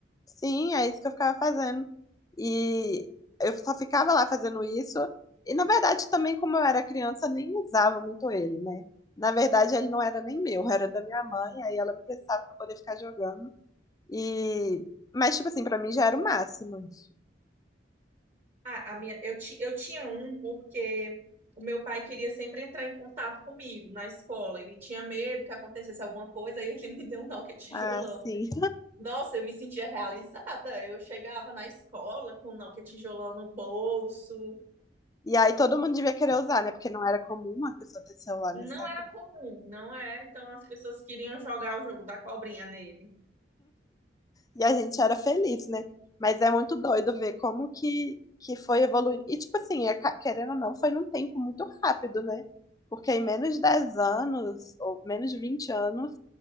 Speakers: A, on the left (about 20°); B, on the right (about 40°).
A: Sim, é isso que eu ficava fazendo. E eu só ficava lá fazendo isso. E na verdade, também, como eu era criança, nem usava muito ele, né? Na verdade, ele não era nem meu, era da minha mãe. Aí ela me prestava pra poder ficar jogando. E... Mas, tipo assim, pra mim já era o máximo isso.
B: Ah, a minha, eu, ti, eu tinha um porque o meu pai queria sempre entrar em contato comigo na escola. Ele tinha medo que acontecesse alguma coisa e ele <laughs> me deu um Nokia tijolão.
A: Ah, sim.
B: Nossa, eu me sentia realizada. Eu chegava na escola com o Nokia tijolão no bolso.
A: E aí todo mundo devia querer usar, né? Porque não era comum uma pessoa ter celular
B: Não
A: nessa época.
B: era comum, não era. Então as pessoas queriam jogar o jogo da cobrinha nele.
A: e a gente era feliz, né? Mas é muito doido ver como que, que foi evoluindo. E, tipo assim, é ca- querendo ou não, foi num tempo muito rápido, né? Porque em menos de 10 anos, ou menos de 20 anos,